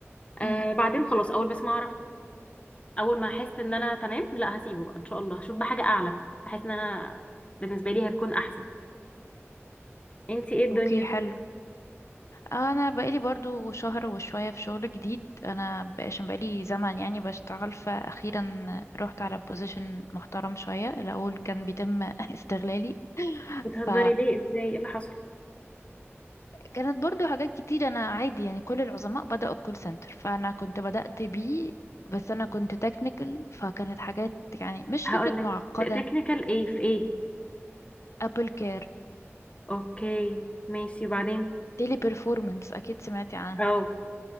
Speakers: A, on the left; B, on the left.
A: آه
B: امم
A: بعدين خلاص اول بس ما اعرف اول ما احس ان انا تمام لا هسيبه بقى ان شاء الله هشوف بحاجه اعلى احس ان انا بالنسبه لي هتكون احسن انتي ايه الدنيا
B: اوكي حلو انا بقالي برضو شهر وشوية في شغل جديد انا بقى- عشان بقالي زمن يعني بشتغل فاخيرا رحت على بوزيشن محترم شوية الاول كان بيتم <laughs> استغلالي
A: بتهزري
B: ف
A: ليه ازاي ايه اللي حصل
B: كانت برضو حاجات كتير انا عادي يعني كل العظماء بدأوا بكول سنتر فانا كنت بدأت بيه بس انا كنت تكنيكال فكانت حاجات يعني مش
A: هقول
B: فكرة
A: لك
B: معقدة
A: تكنيكال ايه في ايه
B: ابل كير
A: اوكي ماشي وبعدين
B: تيلي بيرفورمانس اكيد سمعتي عنها
A: اه